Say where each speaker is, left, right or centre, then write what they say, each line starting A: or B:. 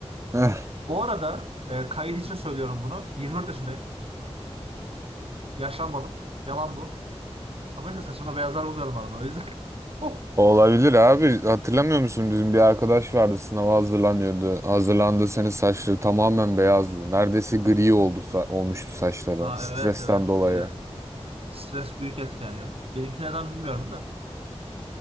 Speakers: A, on the right; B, on the right.
A: <laughs>
B: Bu arada e, kayıt için söylüyorum bunu. 24 yaşındayım. Yaşlanmadım. Yalan bu. Ama işte saçımda beyazlar buluyorum arada o yüzden. <laughs>
A: Olabilir abi. Hatırlamıyor musun bizim bir arkadaş vardı sınava hazırlanıyordu. Hazırlandığı sene saçları tamamen beyazdı. Neredeyse gri oldu sa- olmuştu saçları
B: Ha
A: stresten
B: evet evet
A: dolayı.
B: öyle stres büyük etken ya. Benimki neden bilmiyorum da